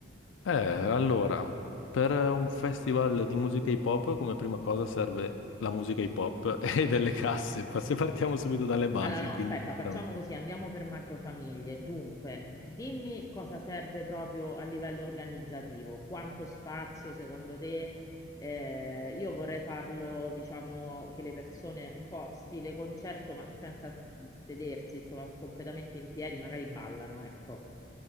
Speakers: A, on the left; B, on the left.
A: Eh, allora, per un festival di musica hip hop, come prima cosa serve la musica hip hop <laughs> e delle casse. Pa- Se partiamo subito dalle basi,
B: Allora, no,
A: quindi
B: aspetta,
A: sicuramente.
B: facciamo così, andiamo per macrofamiglie. Dunque, dimmi cosa serve proprio a livello organizzativo, quanto spazio secondo te? Eh, io vorrei farlo, diciamo, che le persone un po' stile concerto, ma senza s- sedersi, insomma, completamente in piedi, magari ballano, ecco.